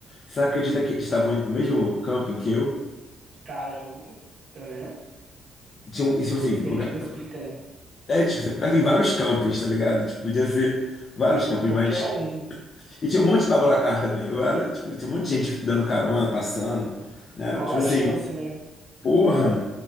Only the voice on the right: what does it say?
uhum.
Caramba, tá vendo?
Tem
coisas
que a
gente não explica, né?
Maneiro.
Qualquer
um.
Qual
é
a chance, né?